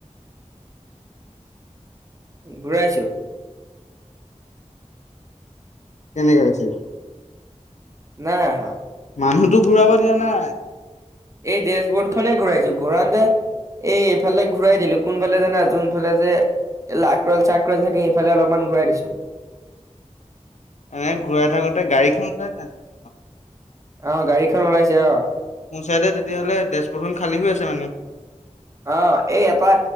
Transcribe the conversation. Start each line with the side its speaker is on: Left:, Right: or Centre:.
Right: ঘূৰাইছো।
Left: কেনেকে হৈছে এতিয়া।
Right: নাই আহা।
Left: মানুহতো ঘূৰাব দিয়া নাই।
Right: এই ডেছবৰ্ডখনে ঘূৰাইছো। ঘূৰানতে এই এইফালে ঘূৰাই দিলো, কোনফালে জানা জোনফালে যে এ লাক্ৰল চাক্ৰল থাকে এফালে অলপমান ঘূৰাই দিছোঁ।
Left: এনেই ঘূৰাই থাকোতে গাড়ীখন <unintelligible>
Right: অ' গাড়ীখন ওলাইছে অ'।
Left: সোঁচাইদে তেতিয়াহ'লে ডেছবৰ্ডখন খালী হৈ আছে মানে।
Right: অ' এই এটা